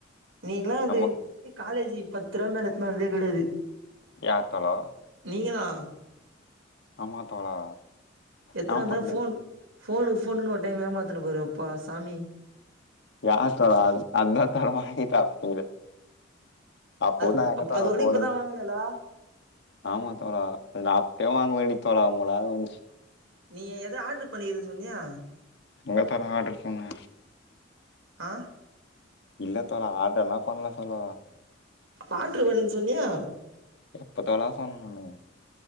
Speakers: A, on the right (about 85°); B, on the left (about 60°).
A: நீங்ளா வந்து
B: நம்ம
A: இ காலேஜி பத்து ரூவா மேல எத்துனு வந்ததே கெடையாது
B: யார் தோழா
A: நீங்க தா
B: ஆமா தோழா
A: எத்தன
B: என்னா
A: வந்தாலு
B: பண்றது
A: ஃபோன்னு ஃபோனு ஃபோனுன்னு ஒரு டைம் ஏமாத்துன பாரு அப்பா சாமி
B: யாரு தோழா அந் அண்ண தரம வாங்கி சாப்டீது அப்போ
A: அது
B: நாங்க
A: அப்
B: தழா
A: அதோட
B: போரது
A: இப்பதா வாங்குனலா
B: ஆமா தோழா அதெ அப்பயே வாங்க வேண்டி தோழா உங்களால வந்ச்சு
A: நீ எதோ ஆர்டரு பண்ணிருன்னு சொன்னியா
B: எங்க தொழா ஆர்டரு போன்னு
A: ஆ
B: இல்ல தோழா ஆர்டர்லா பண்ணல தோழா
A: பாத்திருவேணு சொன்னியா
B: எப்ப தோழா சொன்ன நானு